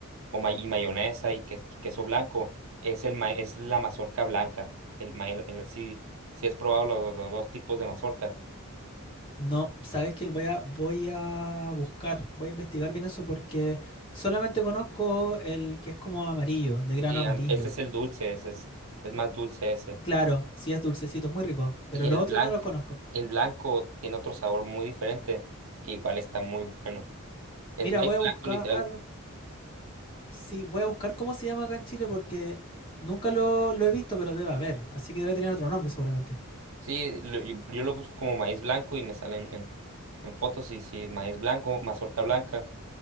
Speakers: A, on the right; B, on the left.
A: o ma- y mayonesa y, ques- y queso blanco, es, el ma- es la mazorca blanca. El ma- el- el- si, si has probado los, los dos tipos de mazorca.
B: No, sabes que voy a, voy a buscar, voy a investigar bien eso porque solamente conozco el que es como amarillo, de grano
A: Y
B: amarillo.
A: an- ese es el dulce, ese es, es más dulce ese.
B: Claro, sí es dulcecito, es muy rico, pero
A: Y
B: los
A: el
B: otros
A: blanco,
B: no los conozco.
A: el blanco tiene otro sabor muy diferente, que igual está muy bueno. Es
B: Mira,
A: maíz
B: voy
A: blanco,
B: a buscar,
A: literal.
B: sí, voy a buscar cómo se llama acá en Chile porque nunca lo, lo he visto, pero debe haber, así que debe tener otro nombre seguramente.
A: Sí, lo- yo, yo lo busco como maíz blanco y me salen en, en fotos y sí, maíz blanco, mazorca blanca.